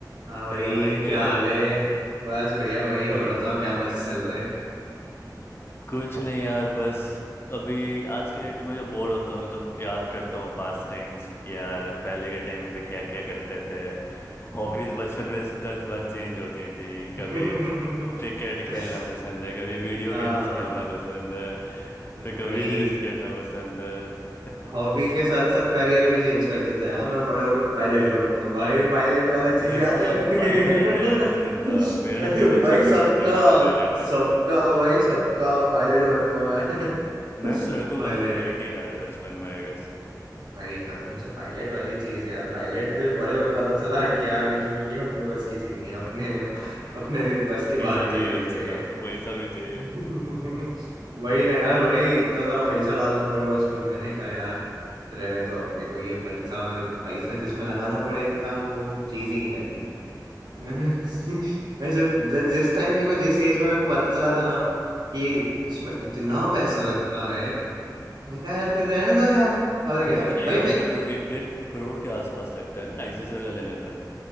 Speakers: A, on the right; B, on the left.
A: हाँ भाई
B: हेलो भाई कैसे
A: क्या हाल
B: हो
A: है बस बढ़िया भाई और
B: बढ़िया
A: बताओ क्या मजे चल रहे
B: कुछ नहीं यार बस अभी आज के डेट में जो बोर होता हूँ तो याद करता हूँ पास्ट टाइम्स कि यार पहले के टाइम पे क्या क्या करते थे हॉबीज बचपन में दस बार चेंज होती थी
A: <laughs>
B: कभी क्रिकेट खेलना पसंद है कभी वीडियो
A: हाँ
B: गेम्स खेलना पसंद है तो
A: भाई
B: कभी रेस करना पसंद है
A: हॉबी के साथ साथ करियर भी चेंज करते थे हाँ मैं बड़े होकर
B: <laughs>
A: पायलट
B: वही
A: बनूंगा भाई पायलट वाला चीज
B: भाई
A: याद
B: साहब
A: है <laughs>
B: पायलट वाला मेरा भी सेम था मेरा भी बचपन
A: भाई
B: में
A: सबका
B: सेम था कि मुझे पायलट बनना
A: सबका
B: है
A: भाई सबका
B: <laughs>
A: पायलट बनूंगा मैं
B: मैक्स
A: <laughs>
B: लड़कों
A: पायलट
B: का तो पायलट ही रहा है बचपन में आई गेस
A: भाई कसम से पायलट वाली चीज यार पायलट फिर बड़े होके पता चला कि यार ये अपने बस की चीज
B: <laughs>
A: नहीं है, अपने अपने बस के बाहर
B: पैसा चाहिए
A: की चीज
B: अच्छा
A: है ये
B: सा पैसा भी चाहिए
A: <laughs> वही ना यार भाई इतना सारा पैसा डालना पड़ेगा उसमें मैंने कहा यार
B: हम्म।
A: रहने दो अपने को ये पैसा पैसा जिसमें लगाना पड़े इतना वो चीज ही नहीं करनी मैंने <laughs> मैं जब जब- जिस टाइम मेरे को जिस एज में मेरे को पता चला था ना कि इसमें इतना पैसा लगता है मैं कहा यार फिर रहने दो यार और
B: बहुत
A: क्या
B: लेते हैं ना
A: भाई
B: एक
A: मैं
B: डेढ़ करोड़ एक डेढ़ करोड़ के आसपास लगता है ना लाइसेंस
A: भाई
B: वगैरह लेने पे